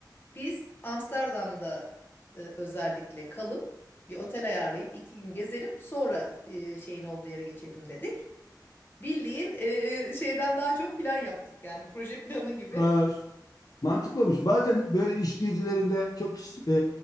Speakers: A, on the left (about 30°); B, on the left (about 55°).
A: biz Amsterdam'da e, özellikle kalıp bir otel ayarlayıp 2 gün gezelim sonra e, şeyin olduğu yere geçelim dedik. Bildiğin e, şeyden daha çok plan yaptık yani proje planı gibi.
B: Aa, mantıklı olmuş. Bazen böyle iş gezilerinde çok e,